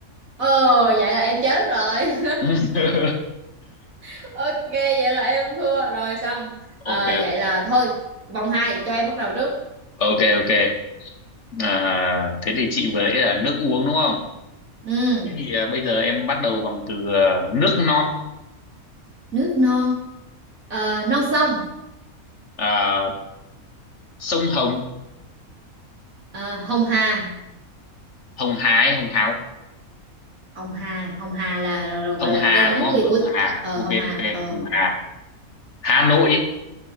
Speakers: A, on the right; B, on the left.
A: ồ vậy là em chết rồi
B: <laughs>
A: <laughs> ok vậy là em thua rồi xong Ờ,
B: ok
A: vậy là thôi vòng 2 cho em bắt đầu trước
B: ok ok à, thế thì chị vừa nãy là nước uống đúng không
A: ừ,
B: thế thì à, bây giờ em bắt đầu bằng từ à, nước non
A: nước non Ờ, non sông
B: à, sông Hồng
A: Ờ, hồng hà
B: Hồng Hà hay Hồng Hào
A: hồng hà hồng hà là, là- là- gọi
B: Hồng
A: là
B: Hà
A: tên Hán
B: đúng không
A: Việt
B: Hồng
A: của
B: Hà
A: ờ,
B: ok
A: hồng hà
B: ok
A: Ờ,
B: Hồng Hà Hà Nội